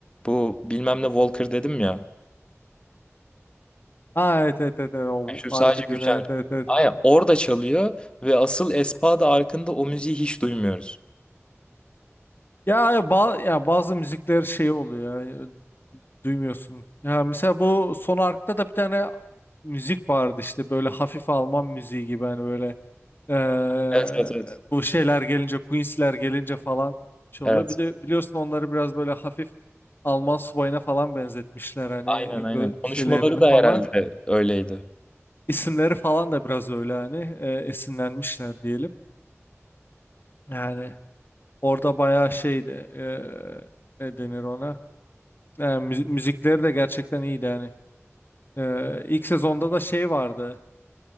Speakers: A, on the left; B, on the left.
A: Bu bilmem ne Walker dedim ya.
B: ha evet evet evet, evet, o
A: Yani Şu sadece
B: arka dönüyor
A: güçlen.
B: evet evet evet
A: Aynen orada çalıyor ve asıl Espada arkında o müziği hiç duymuyoruz.
B: Ya, ya, ba ya bazı müzikler şey oluyor ya, duymuyorsun. Ya mesela bu son arkta da bir tane müzik vardı işte böyle hafif Alman müziği gibi hani böyle eee,
A: Evet evet evet.
B: bu şeyler gelince Queen's'ler gelince falan şey
A: Evet.
B: oluyor. Bir de biliyorsun onları biraz böyle hafif Alman subayına falan benzetmişler hani
A: Aynen aynen.
B: gö-
A: Konuşmaları
B: şeylerini
A: da
B: falan.
A: herhalde öyleydi.
B: İsimleri falan da biraz öyle hani eee, esinlenmişler diyelim. Yani orada bayağı şeydi eee, ne denir ona? Yani müzi- müzikleri de gerçekten iyiydi yani. Ee, ilk sezonda da şey vardı.